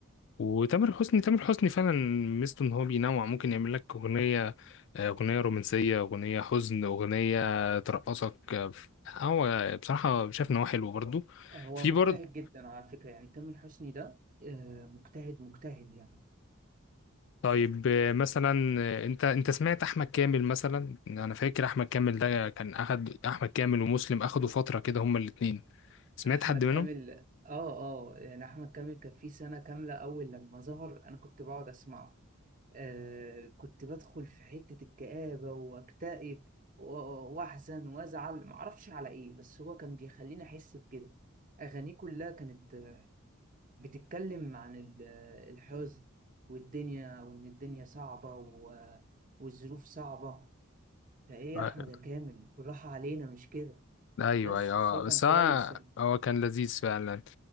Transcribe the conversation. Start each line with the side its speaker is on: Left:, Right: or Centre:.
Left: وتامر حسني تامر حسني فعلا ميزته ان هو بينوع ممكن يعمل لك اغنيه آه، اغنيه رومانسيه اغنيه حزن اغنيه ترقصك آه، هو بصراحه شايف ان هو حلو برضو
Right: آه، هو
Left: في
Right: مجتهد
Left: برضو
Right: جدا على فكره يعني تامر حسني ده آه، مجتهد مجتهد يعني
Left: طيب آه، مثلا آه، انت انت سمعت احمد كامل مثلا انا فاكر احمد كامل ده كان اخد احمد كامل ومسلم اخدوا فتره كده هما الاتنين سمعت
Right: احمد
Left: حد منهم
Right: كامل اه اه يعني احمد كامل كان في سنه كامله اول لما ظهر انا كنت بقعد اسمعه آه كنت بدخل في حته الكآبه واكتئب و- واحزن وازعل معرفش على ايه بس هو كان بيخليني احس بكده اغانيه كلها كانت آه، بتتكلم عن ال- آه، الحزن والدنيا وان الدنيا صعبه و- والظروف صعبه فايه يا
Left: آه،
Right: احمد يا كامل بالراحه علينا مش كده
Left: ايوه
Right: بس
Left: ايوه آه،
Right: بس هو كان
Left: بس
Right: كويس
Left: هو
Right: يعني
Left: هو كان لذيذ فعلا